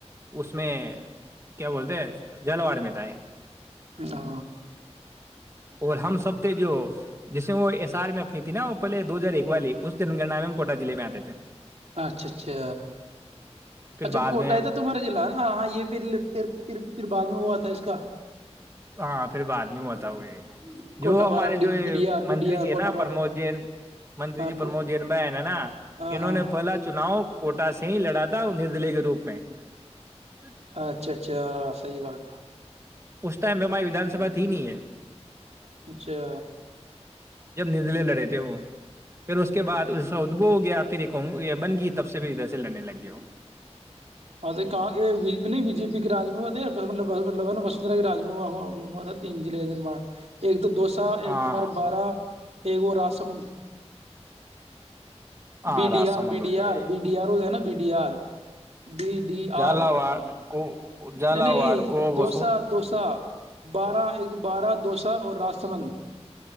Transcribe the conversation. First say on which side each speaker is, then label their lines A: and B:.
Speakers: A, on the right; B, on the right.
A: اس میں کیا بولتے ہیں جلواڑ میںتا ہے
B: ا
A: اور ہم سب تھے جو جیسے وہ ایس آر میں اپنی تھی نا وہ پہلے دو ہزار ایک والی اس جن گننا میں ہم کوٹا ضعے میں آتے تھے
B: اچھا اچھا
A: پھر
B: اچھا
A: بعد
B: کوٹا
A: میں
B: ہے تھا تمہارا ضلع نا ہاں یہ پھر پ پھر پھر بعد ش ہوا تھا اس کا
A: ہاں پھر بعد میں ہوتا ہوئے <unintelligible>
B: کوٹا
A: جو ہمارے
B: بارہ
A: جو یہ
B: B D are B
A: منتری
B: D آر
A: جی ہے
B: کوٹا
A: نا
B: بارہ
A: پرمود جین منتری
B: ہاں
A: جی پرمود جین بہن ہے نا
B: ہاں
A: انہوں
B: ہاں
A: نے پہلا چناؤ کوٹا سے ہی لڑا تھا نردلے کے روپ میں <unintelligible>
B: اچھا اچھا صحیح بات ہے <unintelligible>
A: اس ٹائم پہ ہماری ودان سبھا تھی نہیں ہے
B: اچھا
A: جب ندلے لڑے تھے وہ پھر اس کے بعد ادبو ہو گیا پھر ایکگ بن گی تب سے بھیھر ادھر سے لڑنے لگ گئے ہو
B: ہاں تو نہیں بی جے پی کے رج میں ہوا تھا نا وسندھرا کے رج میں ہوا تھا تینلع دن ب ایک تو دو سا
A: ہاں
B: ایک تمہارا بارہ <unintelligible> ایگو راسمند
A: ہاں
B: <unintelligible> بی
A: راسامند
B: ڈی آر بی ڈی
A: ہو گیا
B: آر
A: یہ
B: بی ڈی آر ہو ہے نا بی بیار <unintelligible> بیی ڈی
A: جالا
B: آر <unintelligible>
A: واڑ کو <unintelligible>
B: نہیں نہیں
A: واڑ کو وسون
B: دو سا دو سا بارہ ایک <unintelligible> بارہ دوسا اور راسمند